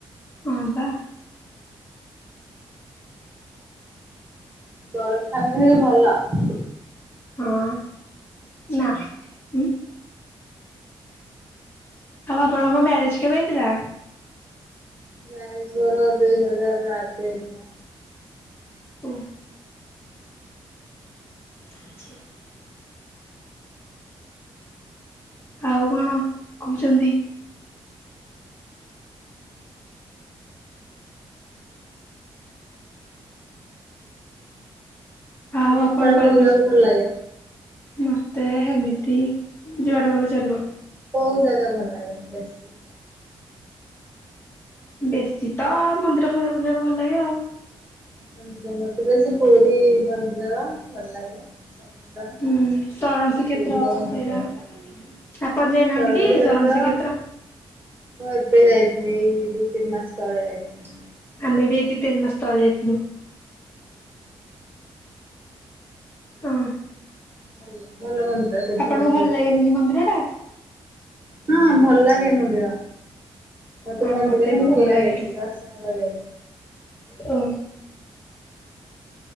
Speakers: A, on the left (about 20°); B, on the right (about 20°).
A: ହଁ ପା।
B: ବଡ଼ ଫ୍ୟାମିଲୀ ହେଲେ ଭଲ।
A: ହଁ, ଯା ଉ। ଆଉ ଆପଣଙ୍କ ମ୍ୟାରେଜ କେବେ ହେଇଥିଲା?
B: ମ୍ୟାରେଜ ମୋର ଦୁଇ ହଜାର ଆଠ ରେ।
A: ହଉ। <inaudible> <unintelligible> ଆଉ କଣ କହୁଛନ୍ତି? ଆଉ
B: ତମକୁ
A: ଆପଣ
B: କୁଆଡେ
A: କୁଆଡ଼େ
B: ବୁଲିବାକୁ
A: ବୁଲ
B: ଭଲ ଲାଗେ
A: ମତେ ହେମିତି ଯୁଆଡ଼େ ଗଲେ ଚଳିବ।
B: କୋଉ ଜାଗା ଭଲ ଲାଗେ ବେଶୀ?
A: ବେଶୀ ତ ମନ୍ଦିର ଫନ୍ଦିର ବୁଲିଆକୁ ଭଲ ଲାଗେ ଆଉ।
B: ମନ୍ଦିର ମତେ ବେଶୀ ପୁରୀ ମନ୍ଦିର ଭଲ ଲାଗେ। ସମୁଦ୍ର
A: ହୁଁ ଶରଣ ଶ୍ରୀକ୍ଷେତ୍ର
B: ଦୁଇ ଜାଗା ଭଲ
A: ସେଇଟା
B: ଲାଗେ।
A: ଆପଣ ଯାଇନାହାଁନ୍ତି
B: ଷୋଳଶୀ
A: କି
B: କ୍ଷେତ୍ର
A: ଶରଣ ଶ୍ରୀକ୍ଷେତ୍ର?
B: ମୁଁ ଏବେ ଯାଇଥିଲି, ଏଇ ଦୁଇ ତିନି ମାସ ତଳେ ଯାଇଥିଲି।
A: ଆମେ ବି ଏଇ ଦି ତିନି ମାସ ତଳେ ଯାଇଥିଲୁ। ହଁ
B: ଭଲ ଭଲ ମନ୍ଦିର ସେଠି
A: ଆପଣଙ୍କୁ
B: ସବୁ
A: ଭଲ ଲାଗେନି କି ମନ୍ଦିର ଟା?
B: ହଁ ଭଲ ଲାଗେ ମନ୍ଦିର, ମତେ
A: ହଁ
B: ମନ୍ଦିର
A: ବି
B: ହିଁ
A: ବହୁତ
B: ଭଲ ଲାଗେ
A: ଏଠି।
B: ଦର୍ଶନ କରିଆକୁ।
A: ଓ।